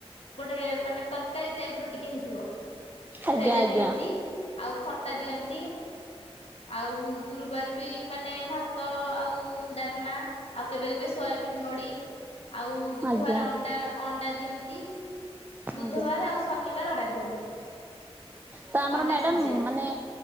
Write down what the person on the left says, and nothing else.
ଗୋଟେ ମାନେ ତରକାରୀ ଟାଇପ୍ ର ଟିକେ ହେଇଥିବ ସେଇଟା
ଦିଅନ୍ତି ଆଉ ଖଟା ଦିଅନ୍ତି। ଆଉ ଗୁରୁବାରେ ବି ମାନେ ଭାତ ଆଉ ଡାଲମା। ଆଉ କେବେ କେବେ ଶୋୟା ବିନ୍ ବଡି ଆଉ ବୁଧବାର
ଅଣ୍ଡା ଅଣ୍ଡା ଦିଅନ୍ତି। ବୁଧବାର
ଆଉ ଶନିବାର ଅଣ୍ଡା ଦିଅନ୍ତି।
ଅଣ୍ଡା
ସିଝା